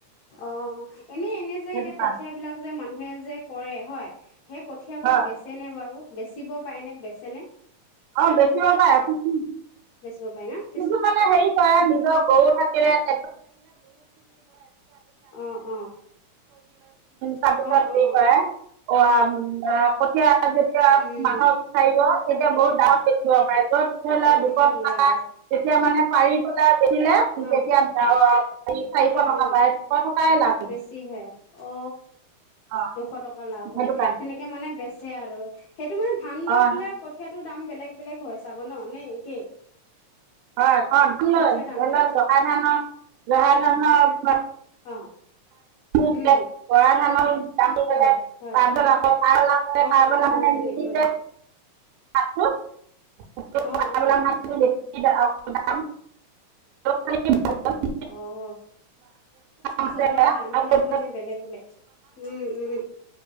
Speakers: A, on the left (about 80°); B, on the right (about 85°).
A: অঁ, এনেই এনে যে
B: সেইটো
A: এতিয়া
B: কাৰণে
A: কঠিয় বিলাক যে মানুহে যে কৰে হয়। সেই কঠিয়াপা
B: হয়
A: বেচনে বাৰু বেচিব পায়নে বেচনে?
B: অঁ বেচিব পাৰে কিন্তু
A: বেচিব পাৰে ন।
B: কিছুমানে হেৰি কৰে নিজৰ গৰু থাকিলে <inaudible>
A: অ', অ',
B: তাৰপিছত
A: অ',
B: হেৰি
A: অ',
B: কৰে, অঁ উম এ কঠীয়া যেতিয়া
A: উম,
B: মানুহৰ চাৰিব তেতিয়া বহুত দামত বেছিব পাৰে যত ধৰি লোৱা
A: অ',
B: দুটকা
A: তেতিয়া দিয়ে আৰু
B: তেতিয়া মানে পাৰি পেলাই বেছিলে
A: অ',
B: তেতিয়া চাৰিশ টকা
A: অ', অ',
B: পায়। দুশ টকাৰ লাভ।
A: বেছি হে, অ
B: অ
A: দুশ টকা লাভ
B: সেইটো
A: হয়
B: কাৰণে
A: সেনেকে কে মানে বেচে আৰু সেইটো মানে ধান লৈ
B: অ
A: পেলাই কঠীয়াটোৰ দাম বেলেগ বেলেগ হয় চাগ ন, নে একেই?
B: হয় ক ধ ল
A: কঠীয়া দামবিলাক
B: ধৰি লও জহা ধানৰ জহা ধানৰ
A: অঁ,
B: বেলেগ
A: উম।
B: বৰা ধানৰ দাম বোৰ বেলেগ,
A: হয়, হয়,
B: তাপিছত আকৌ খ ওল মানে
A: অ',
B: খলে
A: অ',
B: মানে
A: তেনেকৈ
B: নিসিজে। সাপটো <unintelligible>
A: অ', অ',
B: <unintelligible>
A: অ'।
B: আছে
A: চবৰে দাম
B: আৰু
A: বিলাক মানে বেলেগ বেলেগ, উম-উম।